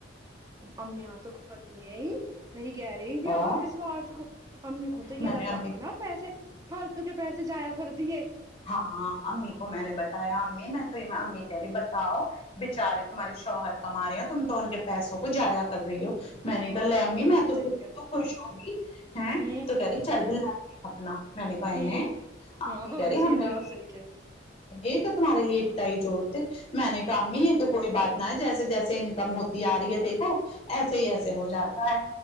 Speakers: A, on the right; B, on the left.
A: امی آ تو کارتی ہوں یہ صحیح کہہ رہی
B: اور
A: آپ اس بات کو امی کو تو
B: میں
A: یہ
B: نے
A: لگ
B: امی
A: رہا ہوگا نا پیسے فالتو کے پیسے جایا کر تی ہے
B: ہاں امی کو میں نے بتایا امی میں تو امی کہہ رہی بتاؤ بچارے تمہارے شوہر کما رہے ہو تم تو ان کے پیسوں کو جایا کر رہی ہو میں نے ککہا
A: ہاں
B: لے امی
A: یہ
B: میں تو
A: صحیح
B: تو
A: ہے
B: خوش ہوگی ہے
A: ہوں
B: تو کہہ رہی چل اپنا میں نے کہا
A: ہوں
B: ہیں امی
A: ہاں
B: کہہ رہے ہم
A: یہ
B: نے
A: تو
B: بھی
A: آپ صحیح
B: یہ تو تمہارے لیے اتنا ہی جوڑ تھے میں
A: کہ
B: نے کھا امی یہ تو کوئی بات نہ ہے جیسے جیسے انکم ہوتی ارہی ہے دیکھو ایسے ہی ایسے ہو جاتا ہے